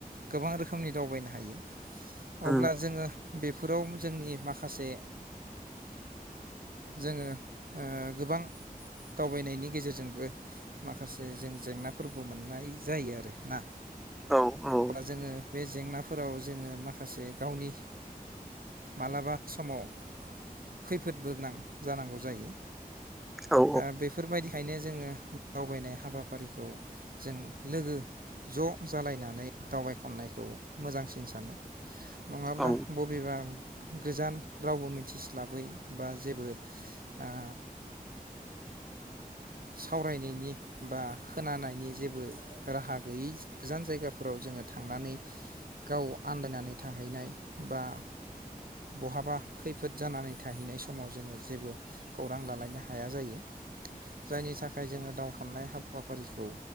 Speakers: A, on the right (about 70°); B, in the centre.
A: गोबां रोखोमनि दावबायनो हायो।
B: उम
A: अब्ला जोङो बेफोराव जोंनि माखासे जोङो ओ गोबां दावबायनायनि गेजेरजोंबो माखासे जों जेंनाफोरबो मोननाय जायो आरो। ना
B: औ औ
A: अब्ला जोङो बे जेंनाफोराव जोङो माखासे गावनि मालाबा समाव खैफोदबो गोनां जानांगौ जायो।
B: औ
A: आ बेफोरबायदि ओंखायनो जोङो दावबायनाय हाबाफारिखौ जों लोगो ज' जालायनानै दावबाय खननायखौ मोजांसिन सानो नङाब्ला
B: औ
A: बबेबा गोजान रावबो मिथिस्लाबै बा जेबो आ सावरायनायनि बा खोनानायनि जेबो राहा गैयै गोजान जायगाफोराव जोङो थांनानै गाव आन्दायनानै थाहैनाय बा बहाबा खैफोद जानानै थाहैनाय समाव जोङो जेबो खौरां लालायनो हाया जायो। जायनि थाखाय जोङो दावबाय खननाय हाबा फारिखौ